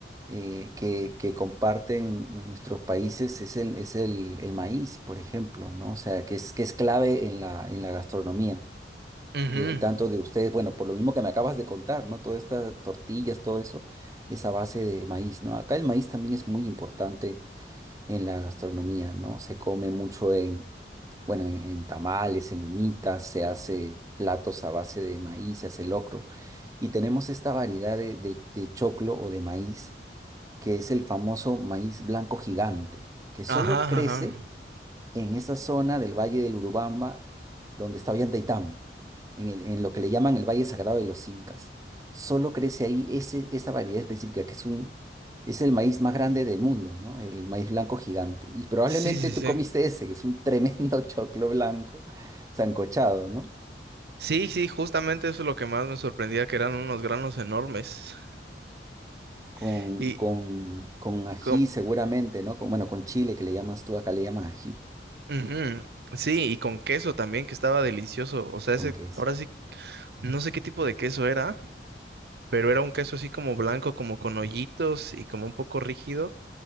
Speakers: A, on the right; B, on the right.
A: eh, que, que comparten nuestros países es el, es el, el maíz, por ejemplo, ¿no? O sea, que es, que es clave en la, en la gastronomía.
B: Ujú.
A: de tanto de ustedes, bueno, por lo mismo que me acabas de contar, ¿no? Todas estas tortillas, todo eso, esa base de maíz, ¿no? Acá el maíz también es muy importante en la gastronomía, ¿no? Se come mucho en, bueno, en, en tamales, en humitas, se hace platos a base de maíz, se hace locro. Y tenemos esta variedad de, de, de choclo o de maíz, que es el famoso maíz blanco gigante, que solo
B: Ajá,
A: crece
B: ajá.
A: en esa zona del Valle del Urubamba, donde está Ollantaytambo, en el- en lo que le llaman el Valle Sagrado de los Incas. Solo crece ahí ese, esa variedad específica que es un, es el maíz más grande del mundo, ¿no? El maíz blanco gigante. Y probablemente
B: Sí, sí,
A: tú
B: sí.
A: comiste ese, que es un tremendo <laughs> choclo blanco sancochado, ¿no?
B: Sí, sí, justamente eso es lo que más me sorprendía, que eran unos granos enormes.
A: Con,
B: <laughs> Y,
A: con, con ají
B: co-
A: seguramente, ¿no? Con, bueno, con chile que le llamas tú, acá le llaman ají,
B: Ujú, Sí, y con queso también, que estaba delicioso. O sea,
A: con
B: ese,
A: queso.
B: ahora sí, no sé qué tipo de queso era, pero era un queso así como blanco, como con hoyitos y como un poco rígido.